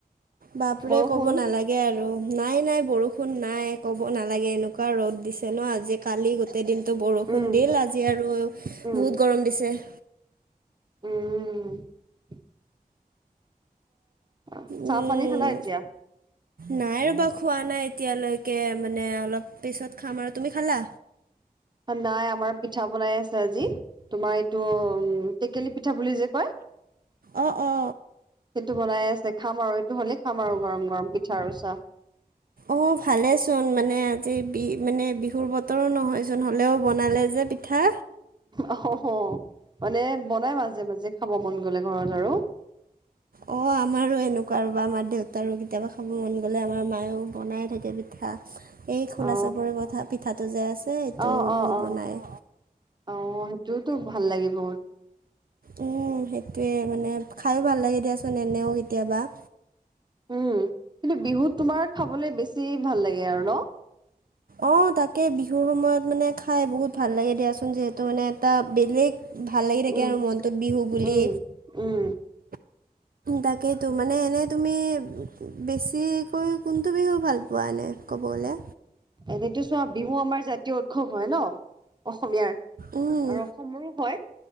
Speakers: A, on the right; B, on the right.
A: বাপৰে
B: বৰষুণ
A: ক'ব নালাগে আৰু নাই-নাই বৰষুণ নাই কব নালাগে এনেকুৱা এনকা ৰ'দ দিছে ন আজি কালি গোটেই দিনটো বৰষুণ
B: উম
A: দিল আজি আৰু বহুত
B: উম
A: গৰম দিছে৷
B: উম৷ অ চাহ
A: উম
B: পানী খালা এতিয়া?
A: নাই ৰ'বা খোৱা নাই এতিয়ালৈকে মানে অলপ পিছত খাম আৰু তুমি খালা?
B: আনাই আমাৰ পিঠা বনাই আছে আজি তোমাৰ এইটো উম টেকেলি পিঠা বুলি যে কয়
A: অ অ
B: সেইটো বনাই আছে খাম আৰু এইটো হ'লেই খাম আৰু গৰম গৰম পিঠা আৰু চাহ <inaudible>
A: অ ভালেচোন মানে আজি বি মানে বিহুৰ বতৰো নহয়চোন হ'লেও বনালে যে পিঠা
B: অ মানে বনাই মাজে মাজে খাব মন গলে ঘৰত আৰু
A: অ আমাৰো এনেকুৱা আৰু বা আমাৰ দেউতাৰো কেতিয়াবা খাব মন গ'লে আমাৰ মায়ও বনাই থাকে পি ঠা এই খোলা
B: অ
A: চাপৰি পথা পিঠাটো যে আছে সেইটো
B: অ অ
A: বহুত
B: অ
A: বনায়
B: অ সেইটোতো ভাল লাগে বহুত
A: উম সেইটোৱে মানে খাইয়ো ভাল লাগে দিয়াচোন এনেও কেতিয়াবা।
B: উম কিন্তু বিহুত তোমাৰ খাবলৈ বেছি ভাল লাগে আৰু ন?
A: অ তাকে বিহুৰ সময়ত মানে খাই বহুত ভাল লাগে দিয়াচোন যিহেতু মানে এটা বেলেগ ভাল লাগি থাকে
B: উম
A: আৰু মনটোত বিহু বুলি
B: উম উম
A: তাকেইতো মানে এনেই তুমি বেছিকৈ কোনটো বিহু ভাল পোৱা এনে ক'ব গ'লে?
B: এনেতো চোৱা বিহু আমাৰ জাতীয় উৎসৱ হয় ন। অসমীয়াৰ,
A: উম।
B: আৰু অসমৰো হয়